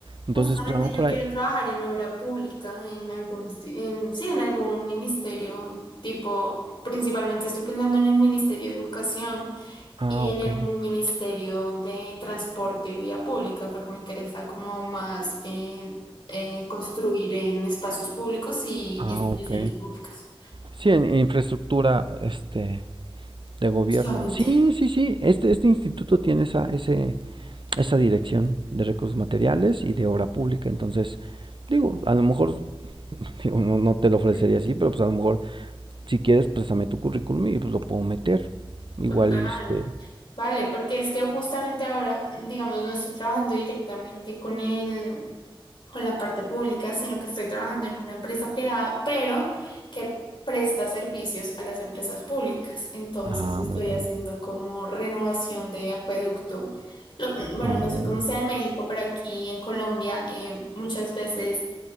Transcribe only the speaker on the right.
Entonces,
pues a lo mejor
hay...
Ah,
ok.
Ah,
ok.
Sí, en, en infraestructura este, de gobierno.
Sí, sí, sí. Este, este instituto tiene esa, ese, esa dirección de recursos materiales y de obra pública. Entonces, digo, a lo mejor, <laughs> digo, no, no te lo ofrecería
así, pero pues a lo mejor Si quieres, préstame tu currículum y pues lo puedo meter. Igual,
este.
Ah,
muy bien.
Oh,